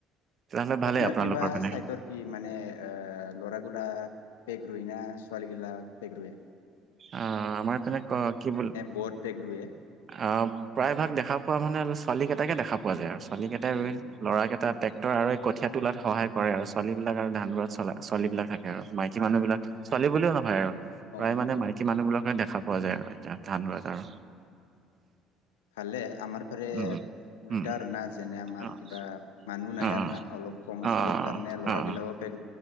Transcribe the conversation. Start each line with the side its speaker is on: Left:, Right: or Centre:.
Right: তেতিয়াহ'লে ভালেই
Left: আপোনাৰ
Right: আপোনালোকৰ
Left: কিবা
Right: পিনে।
Left: চাইডৰ কি মানে এ লৰা গলা পেগ ৰই না ছোৱালী গিলা পেগ ৰোৱে
Right: অ আমাৰ ফালে ক কি বুলি
Left: বত পেগ ৰুৱে
Right: আহ প্ৰায় ভাগ দেখা পোৱা মানে ছোৱালী কেইটাকে দেখা পোৱা যায় আৰু ছোৱালী
Left: হয়
Right: কেইটাই
Left: হয়
Right: ৰ ল'ৰা কেইটা ট্ৰেক্টৰ আৰু এই কঠীয়া তোলাত সহায় কৰে আৰু ছোৱালী বিলাক আৰু ধান ৰোৱা ছোৱালী বিলাক থাকে আৰু মাইকী মানুহ বিলাক।
Left: হয়
Right: ছোৱালী বুলিও নহয় আৰু,
Left: অ
Right: প্ৰায়
Left: অ
Right: মানে
Left: অ
Right: মাইকী মানুহ বিলাকে দেখা পোৱা যায় আৰু এতিয়া
Left: হয়
Right: ধান
Left: হয়
Right: ৰোৱাত আৰু।
Left: ভালে আমাৰ ফালে,
Right: উম,
Left: উল্টা
Right: উম,
Left: আৰু না যেনে আমাৰ
Right: অ',
Left: কিবা মানুহ নাই
Right: অ',
Left: আৰু
Right: অ',
Left: না অলপ কম আছে
Right: অ',
Left: ইয়াৰ কাৰণে লৰাবিলাককে
Right: অ', অ', অ',